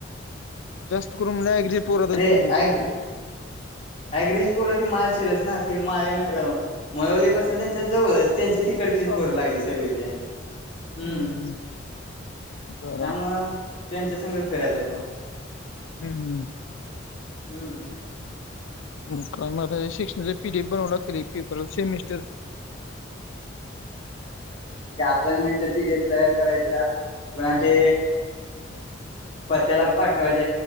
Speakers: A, on the left; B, on the left.
A: जास्त करून मला ऍग्री पोरातच
B: अरेग
A: फिरत होतो.
B: अग्रिज पोरती माळशिरस ना. मान मळवली पाासून त्यांच्या जवळच त्यांच्या तिकडची
A: हा
B: पोरं
A: हा.
B: लागली सगळी ते हम्म
A: हम्म बर
B: त्यामुळेळ त्यांच्या संगच फिरायचा तो.
A: हम्म हम्.
B: हम्म.
A: ह् कर्नाटक हे शिक्ण पिडे बनवला केले पप सेमिस्
B: असनमेंटच्या पीडीएफ तयार करायच्या पुन्हा
A: हो हो.
B: ते पत्याला पटवाज